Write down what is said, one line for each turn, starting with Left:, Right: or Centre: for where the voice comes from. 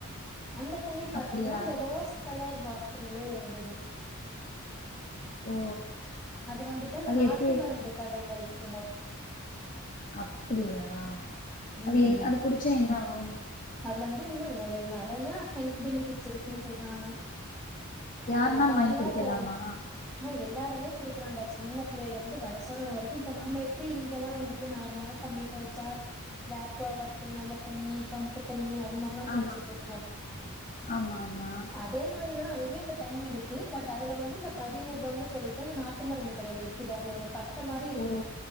Centre: அந்த தண்ணி பாத்தீன்னா
Left: அப்டியா
Centre: அந்த ரோஸ் கலர் வாட்ரலியே இருந்தது
Left: ஓ
Centre: அது வந்துட்டு அந்த
Left: அது
Centre: நாட்டு
Left: எப்டி
Centre: மருந்து கடையில வி க்குமா
Left: அப்டியா
Centre: ம்.
Left: அது இன் அது குடிச்சா என்னாகு
Centre: அதுல வந்து இன்னு எவ் நெறைய ஹெல்த் பெனிஃபிட்ஸ் இருக்குன்னு சொல்றாங்க. ஆ
Left: யாருனால்
Centre: பாத்தீன்னா
Left: வாங்கி குடிக்கலாமா
Centre: அது ஆ எல் எல்லாருமே குடிக்கலான்டா சின்ன பிள்ளைல இருந்து வயசானவங்க வரைக்கி இப்ப நம்ம எப்பிடி இங்கல்லா வந்துட்டு நார்மலா தண்ணி தவிச்சா இந்த அக்வா வாட்ரு, நல்ல தண்ணி, பம்பு தண்ணி அ து மாரிலா குடிச்சுட்ருக்கோ
Left: ஆமா ஆமா ஆமா
Centre: அதே மாரிதா அங்கயு அந்த தண்ணி இருக்கு. பட் அதுல வந்து இந்த பதிமுகம்னு சொல்லிட்டு அந்த நாட் டு மருந்து கடையில விக்கிது அது ஒரு ப ட்ட மாரி இருக்கு.
Left: ஓ